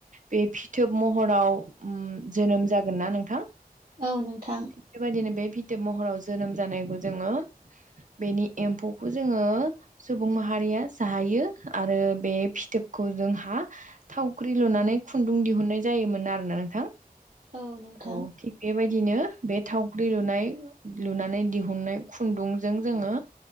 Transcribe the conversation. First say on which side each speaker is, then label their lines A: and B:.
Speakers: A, on the right; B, on the right.
A: बे फिथोब महराव ओम जोनोम जागोन ना नोंथां
B: औ नोंथां
A: बेबायदिनो बे फिथोब महराव जोनोम जानायखौ जोङो बेनि एम्फौखौ जोङो सुबुं माहारि हारिया जाहायो आरो बे फिथोबखौ जोंहा थावख्रि लुनानै खुन्दुं दिहुननाय जायोमोन आरोना नोंथां
B: औ नोंथां
A: औ थिग बेबायदिनो बे थावख्रि लुनाय लुनानै दिहुननाय खुन्दुंजों जोङो